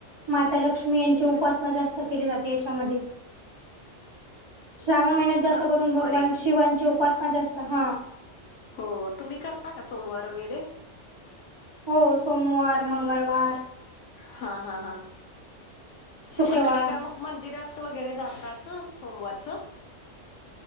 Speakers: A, on the right; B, on the left.
A: माता लक्ष्मी यांची उपासना जास्त. जाते याच्यामध्ये श्रावण महिन्यात जास्त
B: सोमवारी
A: करून भगवान शिवांची उपासना जास्त हा.
B: हो तुम्ही करता का सोमवार वगैरे?
A: हो सोमवार, मंगळवार.
B: हा हा हा
A: शुक्रवार
B: तिकडे काय मग मंदिरात वगैरे जात अस सोमवारचं?